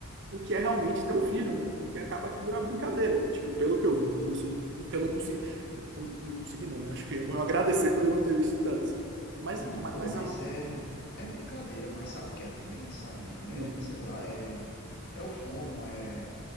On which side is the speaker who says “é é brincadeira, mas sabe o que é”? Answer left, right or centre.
Left